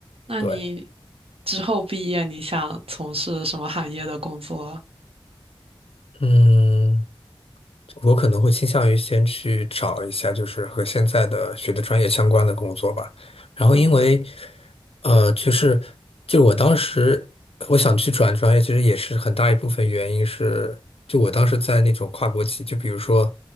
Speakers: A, on the right (about 75°); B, on the left (about 80°).
A: 那你
B: 对，
A: 之后毕业，你想从事什么行业的工作啊
B: 嗯。我可能会倾向于先去找一下，就是和现在的学的专业相关的工作吧。然后因为，
A: 嗯
B: 呃，就是就我当时我想去转专业，其实也是很大一部分原因是，就我当时在那种跨国企，就比如说